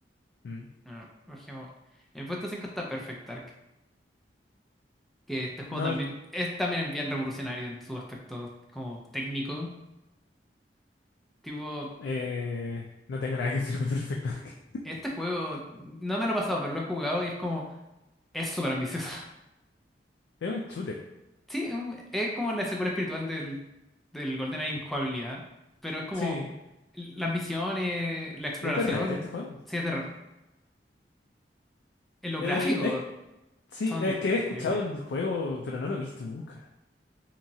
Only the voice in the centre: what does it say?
No, por ejemplo, en el puesto 5 está Perfect Dark, que este juego
también es también bien revolucionario en su aspecto como técnico. Tipo,
este juego no me lo he pasado, pero lo he jugado y es como... Es súper ambicioso. <laughs>
Sí, es un- es como la secuela espiritual del, del GoldenEye Injugabilidad, pero es como
las misiones, la exploración,
sí, es de terror. Eh, Los
gráficos
son
increíbles.